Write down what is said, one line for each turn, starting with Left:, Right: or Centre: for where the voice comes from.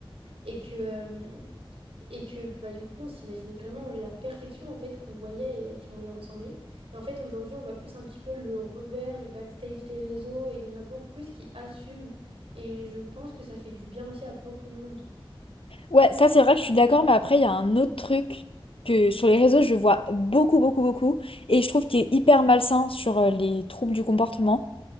Right: Et que, euh, et que bah, du coup, on s'imaginait vraiment la perfection en fait qu'on voyait et à qui on voulait ressembler. Et en fait, aujourd'hui, on voit plus un petit peu le revers, les backstage des réseaux. Et il y en a beaucoup plus qui assument. Et je pense que ça fait du bien aussi à beaucoup de monde.
Left: Ouais, ça c'est vrai que je suis d'accord, mais après, il y a un autre truc que sur les réseaux, je vois beaucoup, beaucoup, beaucoup. Et je trouve qu'il est hyper malsain sur euh, les troubles du comportement.